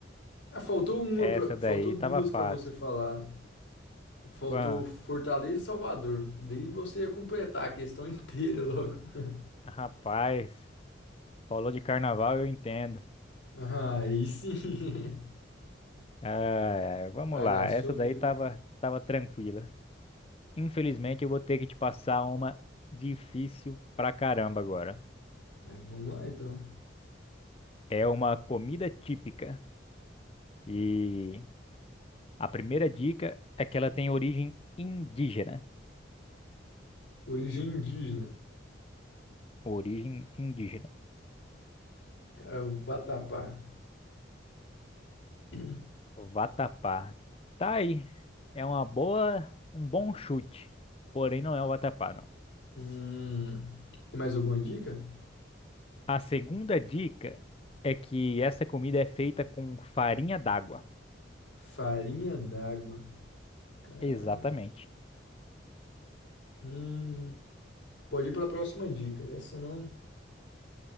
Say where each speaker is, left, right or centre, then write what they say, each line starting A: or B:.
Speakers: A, on the left; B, on the left.
A: Ah, faltou uma
B: Essa
A: pra... faltou
B: daí
A: duas
B: tava fácil.
A: para você falar. Faltou
B: Ah,
A: Fortaleza e Salvador. E daí você ia completar a questão inteira logo. <laughs>
B: rapaz, falou de carnaval, eu entendo.
A: Ah, aí sim. <laughs>
B: Ah, é, vamos
A: Vai
B: lá.
A: lá, sua
B: Essa daí
A: vez.
B: tava,
A: hein?
B: tava tranquila. Infelizmente, eu vou ter que te passar uma difícil pra caramba agora.
A: É, vamos lá então.
B: É uma comida típica. E A primeira dica é que ela tem origem indígena.
A: Origem indígena.
B: Origem indígena.
A: Cara, o Vatapá. <clears throat>
B: Vatapá. Tá aí. É uma boa, um bom chute. Porém, não é o vatapá, não.
A: Hum, tem mais alguma dica?
B: A segunda dica é que essa comida é feita com farinha d'água.
A: Farinha d'água. Ca-
B: Exatamente.
A: Hum, pode ir para a próxima dica. Essa não.